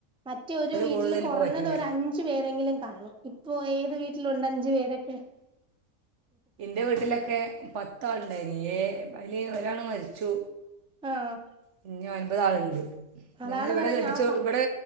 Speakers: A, in the centre; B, on the right.
A: മറ്റേ ഒരു വീട്ടില്
B: കൂടുതൽ
A: കൊറഞ്ഞത്
B: ഇപ്പോൾ പറ്റില്ല
A: ഒരഞ്ചു പേരെങ്കിലും കാണും ഓ ഏത് വീട്ടിലുണ്ട് അഞ്ചു പേരൊക്കെ
B: എൻ്റെ വീട്ടിലൊക്കെ പത്താളുണ്ടായിന് ഏ അതില് ഒരാള് മരിച്ചു
A: ആഹ്
B: പിന്ന ഒൻപതാളുണ്ട് അതേമാതിരി
A: അതാണ്
B: ഇവിടെ
A: പറയുന്നെ
B: കെട്ടിച്ച
A: ആ പ
B: ഇവിടെ